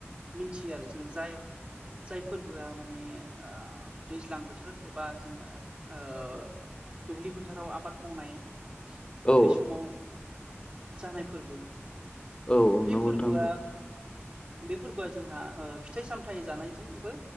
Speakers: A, on the right; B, on the left.
A: मिनथियो आरो जों जाय फोरबोआ माने ओ दैज्लां बोथोर एबा जोङो ओ दुब्लि फोथाराव आबाद मावनाय
B: औ
A: बे समाव जानाय फोरबो
B: औ
A: बि
B: नंगौ
A: फोरबोआ
B: नोंथां
A: बे फोरबोआ जोंहा फिथाइ सामथाइ जानायजोंबो